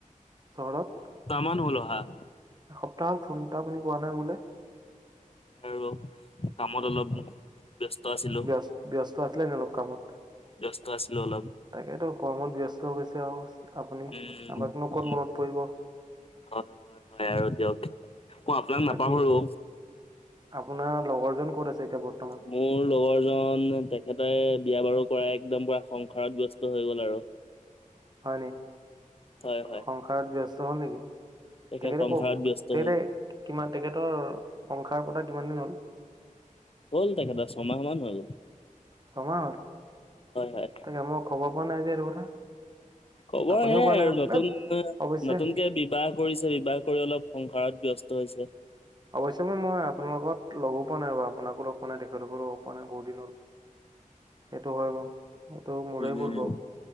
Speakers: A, on the right; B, on the left.
A: চহৰত?
B: খন <unintelligible>
A: এসপ্তাহত ফোন এটা আপুনি কোৱা নাই মোলে।
B: আৰু কামত অলপ ব্যস্ত আছিলোঁ।
A: ব্যস্ত ব্যস্ত আছিলে <unintelligible> কামত।
B: ব্যস্ত আছিলোঁ অল
A: তাকেইতো কৰ্মত ব্যস্ত গৈছে আৰু আপুনি
B: উম
A: আমাকনো ক'ত
B: উম
A: মনত পৰিব।
B: হয়, হয়, হয় আৰু দিয়ক মই আপোনাক
A: বাকী
B: নাপাহৰো।
A: আপোনাৰ লগৰজন ক'ত আছে এতিয়া বৰ্ত
B: মোৰ লগৰজন তেখেতে বিয়া বাৰু কৰা একদম পুৰা সংসাৰত ব্যস্ত হৈ গ'ল আৰু।
A: হয় নি?
B: হয় হয়
A: সংসাৰত ব্যস্ত হ'ল নেকি?
B: তেখেত
A: তেখতে
B: সংসাৰত
A: ক'
B: ব্যস্ত
A: তেখেতে
B: হৈ গ'ল
A: কিমান তেখেতৰ সংসাৰ পতা কিমান দিন হ'ল?
B: হ'ল তেখেতৰ ছমাহ মান হ'ল।
A: ছমাহ হ'ল,
B: হয়
A: তাকে মই খবৰ পোৱা নাই যে এইটো কথা।
B: খবৰ
A: আপুনিও
B: সেয়াই
A: কোৱা নাই
B: আৰু নতুন
A: এ অৱশ্যে
B: নতুনকে বিবাহ কৰিছে, বিবাহ কৰি অলপ সংসাৰত ব্যস্ত হৈছে।
A: অৱশ্যে মই মই আপোনাৰ লগত লগো পোৱা নাই বাৰু আপোনাকো লগ পোৱা নাই তেখেতকো লগ পোৱা নাই বহুত দিন হ'ল। সেইটো হয় বাৰু এইটো মোৰে
B: সেইটো
A: ভুল
B: উম
A: বাৰু